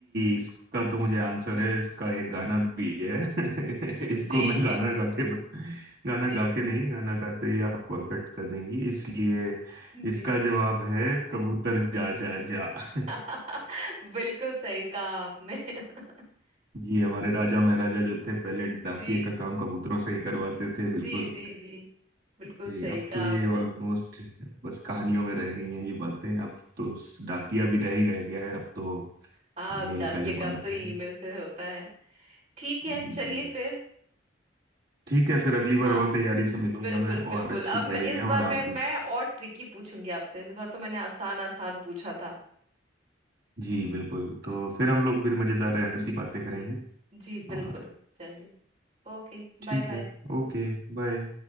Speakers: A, on the right (about 55°); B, on the right (about 40°).
A: इसका तो मुझे आंसर है इसका एक गाना भी है
B: <laughs>
A: <laughs> इसको
B: जी
A: मैं
B: <laughs>
A: गाना गा के बत... गाना
B: जी
A: गा के नहीं गाना गाते ही आप कॉल कट कर देंगी इसलिए
B: जी
A: इसका जवाब है कबूतर जा जा जा
B: <laughs>
A: <laughs>
B: बिल्कुल सही कहा आपने <laughs>
A: जी हमारे राजा महाराजा जो थे पहले डाकिए
B: जी
A: का काम कबूतरों से ही करवाते
B: जी
A: थे बिल्कुल
B: जी जी बिल्कुल
A: जी
B: सही
A: अब
B: कहा
A: तो ये
B: आपने
A: ऑलमोस्ट बस कहानियों में रह गई हैं ये बातें अब तो स- डाकिया भी नहीं रह गया है अब तो
B: हाँ अब
A: मेल
B: डाकिया
A: का जमाना
B: का अब तो ईमेल
A: है
B: से होता है ठीक है
A: जी
B: चलिए
A: जी
B: फिर
A: ठीक है फिर अगली बार
B: हाँ
A: और तैयारी से मिलूंगा
B: बिल्कुल
A: मैं
B: बिल्कुल
A: और अच्छी
B: अब मैं,
A: पहेलियां
B: इस बार
A: और आप
B: मैं मैं
A: भी
B: और ट्रिकी पूछूंगी आपसे इस बार तो मैंने आसान आसान पूछा था
A: जी बिल्कुल तो फिर हम लोग फिर मजेदार ऐसी बातें
B: जी
A: करेंगे
B: जी बिल्कुल
A: और
B: चलिए ओके
A: ठीक
B: Bye bye
A: है ओके बाय